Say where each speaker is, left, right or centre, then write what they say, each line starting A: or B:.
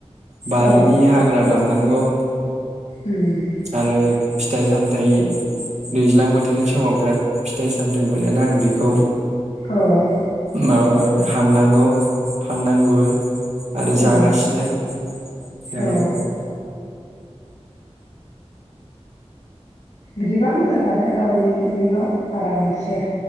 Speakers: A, on the right; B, on the left.
A: बारिनि
B: औ
A: हाग्रा दाननांगौ
B: उम
A: आरो फिथाइ सामथाइ दैज्लां बोथोरनि समाव बिराद फिथाइ सामथाइ मोनोना बेखौ
B: औ
A: माबा हाननांगौ फाननांगौ। आरो जागासिनो
B: औ
A: दायो।
B: औ बिदिबा मोजां आरो गावनि इयुनाव आरामसे